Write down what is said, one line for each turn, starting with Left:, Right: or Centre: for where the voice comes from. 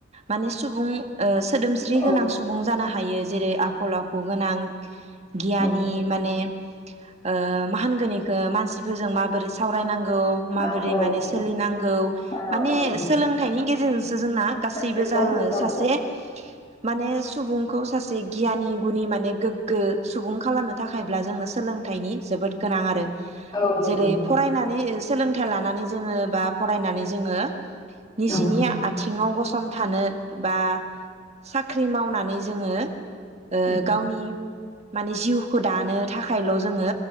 Right: माने सुबुं ओ सोदोमस्रि
Left: औ
Right: गोनां सुबुं जानो हा हायो जेरै आखल आखु गोनां गियानि
Left: औ
Right: माने ओ मा होनगोन इखो मानसिफोरजों माबोरै सावरायनांग खौ माबोरै
Left: औ औ
Right: माने
Left: बिनि
Right: सोलिनांगौ
Left: औ
Right: माने
Left: नों
Right: सोलोंथायनि गेजेरजों जोंना गासैबो
Left: बेखौ
Right: <unintelligible>
Left: औ
Right: सासे माने सुबुंखौ सासे गियानि गुनि माने गोग्गो सुबुं खालामनो थाखायब्ला जोङो सोलोंथाइनि जोबोद गोनां आरो
Left: औ नंगौ
Right: जेरै फरायनानै इस सोलोंथाइ लानानै जोङो बा फरायनानै जोङो निजेनि
Left: औ
Right: आथिङाव गसं संथानो बा साख्रि मावनानै जोङो ए
Left: उम
Right: गावनि माने जिउखौ दानो थाखायल' जोङो